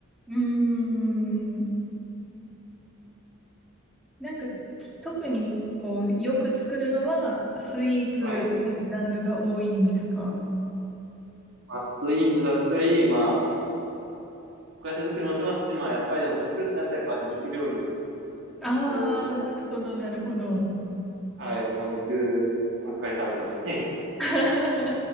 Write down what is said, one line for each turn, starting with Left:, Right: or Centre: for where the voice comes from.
Centre: うーん。なんかき特にこう、よく作るのはスイーツのジャンルが多いんですか
Right: はい。まあ、スイーツだったり、まあ、お菓子作りもしますし、まあ、やっぱりでも作るってなったらやっぱ肉料理が、
Centre: ああー、
Right: これ多くなりますね。
Centre: なるほどなるほど。
Right: はい。もう肉ばっかり食べてますね。
Centre: <laughs>